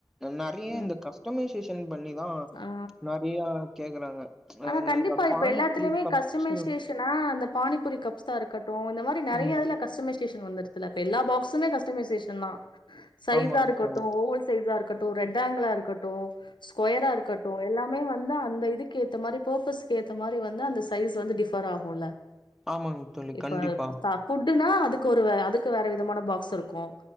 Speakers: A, in the centre; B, on the left.
A: நெறைய
B: ம்.
A: இந்த கஷ்ட் ஆட்டோமே சேஷன் பண்ணிதா
B: ஆ.
A: நெறையா கேக்குறாங்க
B: ஆனா
A: அந்த
B: கண்டிப்பா
A: இந்த பானிபூரி
B: இப்ப எல்லாத்துலயுமே
A: கப்ஸ்
B: கஸ்டமை சேஷனா அந்த பானிபுரி கப்ஸா இருக்கட் ட்டு இந்த மாரி நெறைய
A: ம்
B: இதுல கஷ்டமைஸ் டேஷன் வந்துருத்துல்ல இப்ப எல்லா பாக்ஸுமே கஸ்டமைசேஷன் தா சைஸா
A: ஆமாங்க
B: இருக்கட்டு
A: தோழி.
B: ஓவல் சைஸ்ஸா இருக்கட் ட்டு ரெட் ஆங்கிளா இருக்கட்டு ஸ்கொயரா இருக்கட்டு எல்லாமே வந்து அந்த இதுக்கு கேத்த மாரி பர்ப்பஸுக்கு ஏத்த மாரி வந்து அந்த சைஸ் வந்து டிஃபர் ஆகுல்ல
A: ஆமாங் தோழி
B: இப்ப
A: கண்டிப்பா
B: தா ஃபுட்டுன்னா அதுக்கு ஒரு வேற அதுக்கு வேற விதமான ஃபாக்ஸ் இருக்கு